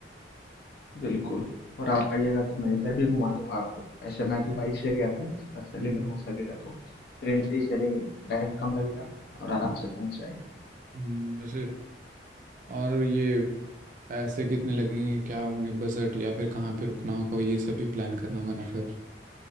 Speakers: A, on the left (about 60°); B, on the right (about 45°).
A: बिल्कुल, और आप आइएगा तो मैं इधर भी घुमा दूँगा आपको। वैसे मैं तो बाइक से गया था, इस बार चलेंगे
B: हम्म,
A: हो सकेगा तो ट्रेन से ही चलेंगे, टाइम कम लगेगा और आराम से पहुँच जाएँगे।
B: हम्म, वैसे और ये पैसे कितने लगेंगे क्या होंगे बजट या फिर कहाँ पे रुकना होगा ये सब भी प्लान करना होगा ना फिर